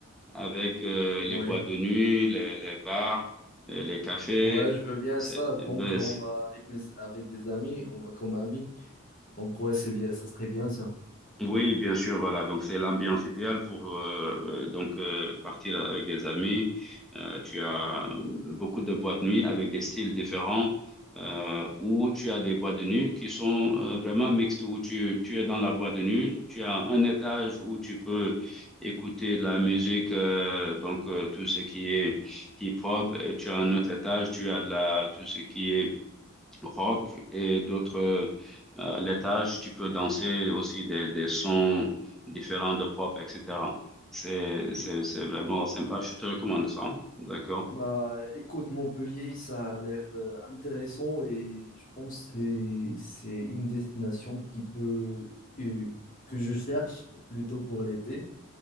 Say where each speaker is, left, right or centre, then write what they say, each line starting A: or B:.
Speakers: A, in the centre; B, on the left.
A: avec euh,
B: ouais,
A: les boîtes de nuit, les les bars, euh, les cafés,
B: ouais, je veux bien
A: c'est
B: ça.
A: ben,
B: Donc, on va avec mes, avec des amis, on va comme amis. Donc, ouais, c'est bien, ça serait bien ça.
A: Oui, bien sûr, voilà. Donc c'est l'ambiance idéale pour euh, donc euh, partir avec des amis. Euh, tu as beaucoup de boîtes de nuit avec des styles différents, euh, ou tu as des boîtes de nuit qui sont euh, vraiment mixtes, où tu tu es dans la boîte de nuit, tu as un étage où tu peux écouter de la musique, euh, donc euh, tout ce qui est hip-hop. Et Tu as un autre étage, tu as de la tout ce qui est rock et d'autres euh, laitages. Tu peux danser aussi des, des sons différents de pop, etc. C'est, c'est, c'est vraiment sympa. Je te recommande ça. D'accord?
B: Bah, écoute, Montpellier, ça a l'air euh, intéressant et je pense que c'est c'est une destination qui peut que, que je cherche plutôt pour l'été